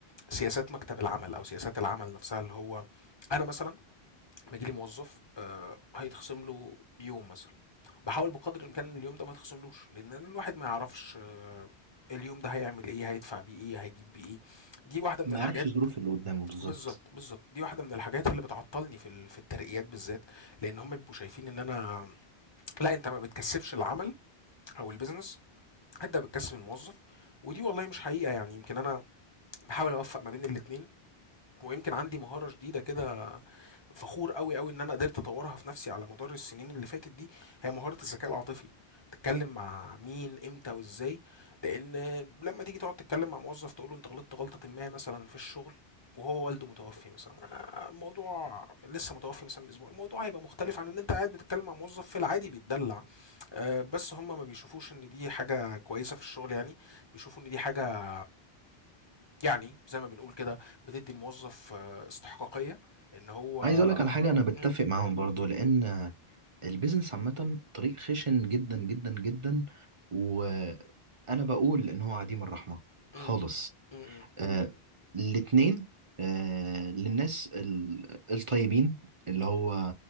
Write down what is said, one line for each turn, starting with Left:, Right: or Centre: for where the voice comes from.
Left: سياسات مكتب العمل او سياسات العمل نفسها اللي هو انا مثلا لما يجيلي موظف آه، هيتخصم له يوم مثلا باحاول بقدر الامكان اليوم ده ما يتخصملوش لان الواحد ما يعرفش آه، اليوم ده هيعمل ايه هيدفع بيه ايه هيجيب بيه ايه دي واحده من
Right: ما
Left: الحاجات
Right: يعرفش الظروف اللي قدامه بالظبط
Left: بالظبط بالظبط دي واحده من الحاجات اللي بتعطلني في ال- في الترقيات بالذات لان هم بيبقوا شايفين ان انا لا انت ما بتكسبش العمل او البيزنس انت بتكسب الموظف ودي والله مش حقيقه يعني يمكن انا بحاول اوفق ما بين الاتنين ويمكن عندي مهارة جديدة كده فخور قوي قوي ان انا قدرت اطورها في نفسي على مدار السنين اللي فاتت دي هي مهارة الذكاء العاطفي تتكلم مع مين امتى وازاي لان لما تيجي تقعد تتكلم مع موظف تقول له انت غلطت غلطة ما مثلا في الشغل وهو والده متوفي مثلا آه، الموضوع لسه متوفي مثلا من اسبوع الموضوع هيبقى مختلف عن ان انت قاعد بتتكلم مع موظف في العادي بيتدلع آه، بس هم ما بيشوفوش ان دي حاجة كويسة في الشغل يعني بيشوفوا ان دي حاجة يعني زي ما بنقول كده بتدي الموظف آه، استحقاقية ان هو
Right: عايز اقول لك على حاجه انا بتفق
Left: مم،
Right: معاهم برضو لان البيزنس عامه طريق خشن جدا جدا جدا وانا بقول ان هو عديم الرحمه
Left: مم،
Right: خالص
Left: مم،
Right: آه الاتنين آه للناس ال- الطيبين اللي هو